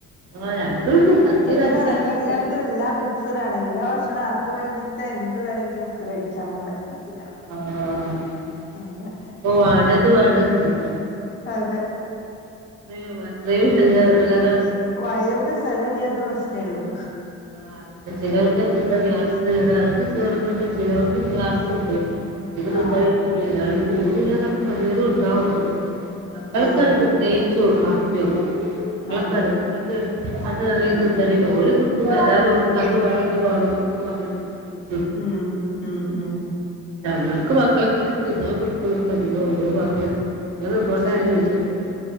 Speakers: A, on the right; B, on the left.
A: ആഹ് രണ്ടുണ്ട് സദ്യ
B: ഇപ്പത്തെ
A: കഴിക്കാൻ
B: കാല
A: ഇഷ്ടം
B: കല്യാണത്തിനെല്ലാം ബി സ്ഡാണ് എല്ലാക്ഷണ ആർക്ക് വേണ്ടിച്ചെ എന്ത് വേണങ്കിലും എടുത്ത് കഴിക്കാന്നുള്ള രീതിലാണ്.
A: ആഹ്
B: അതെ.
A: ഓ വാണ്ടത് വാണ്ടത് തിന്നാം.
B: അതെ.
A: ത്രേയും അത്രയും എല്ല നല്ലതാ
B: വയറിന് സ്ഥലല്ല്യാത്ത പ്രശ്നേള്ളു.
A: ആഹ് അതന്നെ ചിലർക്കക്കെ ഗ്യാസ് കേറാ <unintelligible> ഇപ്പഴ്ത്തെ ചിലോർക്ക് ഗ്യാസുണ്ട് അധികം തിന്നാലേ.
B: ആഹ്
A: എങ്കിലു എന്നാലും പൂതിള്ളതൊക്കെ പലേതുണ്ടാവും മ്മക്ക് മക്കളക്കെ
B: ആഹ്
A: തെയ്ച്ചു ഹാപ്പിയാവും മക്കളക്കെണങ്കി
B: അതെ
A: മക്കളക്കെ ക്ക് അത് വേണേ തിന്നടി ഓല് തിന്നു എന്നാലു ഓൽക്ക് അതുവാണം ഇത് വാണന്നൊക്കെ പറഞ്ഞിട്ട്
B: ഉം ഉം ഉം
A: നമ്മളൊക്ക് മക്കളക്കല്ലേ തിന്നാൻ കൊടുക്കുള്ളൂ അധികോം മ്മള് മക്കള മക്കള് തിന്നോട്ടെല്ലേ വിചാരിക്കുവ.